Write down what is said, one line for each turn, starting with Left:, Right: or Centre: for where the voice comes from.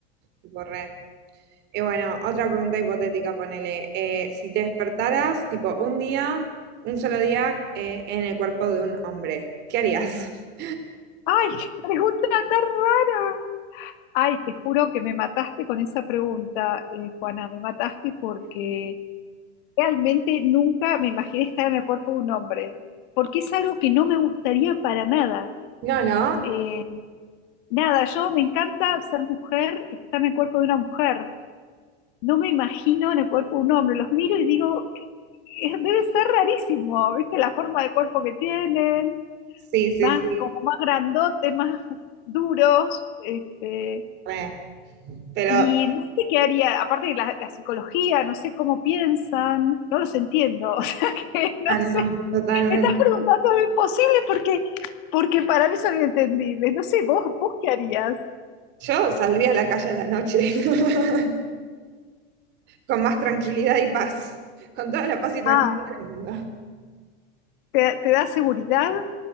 Right: tipo re. Y bueno, otra pregunta hipotética, ponele, eh, si te despertaras, tipo, un día, un solo día, eh, en el cuerpo de un hombre, ¿qué harías? <laughs>
Left: ¡Ay, <laughs> qué pregunta tan rara! Ay, te juro que me mataste con esa pregunta, eh, Juana, me mataste porque realmente nunca me imaginé estar en el cuerpo de un hombre, porque es algo que no me gustaría para nada.
Right: No, no.
Left: Eh, Nada, yo me encanta ser mujer y estar en el cuerpo de una mujer. No me imagino en el cuerpo de un hombre. Los miro y digo, "¿Qué- debe ser rarísimo, ¿viste? La forma de cuerpo que tienen,
Right: Sí, sí,
Left: más
Right: sí.
Left: como más grandotes, más duros, este,
Right: re. Pero,
Left: y no sé qué haría, aparte de la, la psicología, no sé cómo piensan, no los entiendo, <laughs> o sea que no
Right: ah, no,
Left: sé,
Right: no, totalmente.
Left: me estás preguntando lo imposible porque, porque para mí son inentendibles. No sé, vos, vos qué harías.
Right: Yo saldría a la calle a la noche, <laughs> con más tranquilidad y paz, con toda la paz y tranquilidad
Left: Ah,
Right: del mundo.
Left: ¿te, te da seguridad?